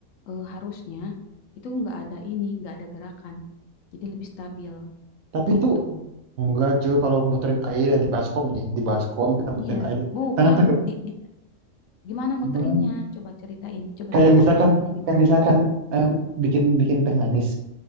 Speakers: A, on the left (about 70°); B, on the right (about 75°).
A: eh, harusnya itu enggak ada ini, enggak ada gerakan. Jadi lebih stabil
B: Tapi
A: gitu.
B: itu enggak cuy kalau muterin air ya di baskom nih, di baskom kita muterin
A: Iya.
B: air.
A: Bukan.
B: Tangan tangan
A: Di, di- gimana
B: gimana?
A: muterinnya? Coba ceritain. Coba
B: Kayak
A: ceritain
B: misalkan
A: muterinnya gimana.
B: kayak misalkan em, bikin bikin teh manis,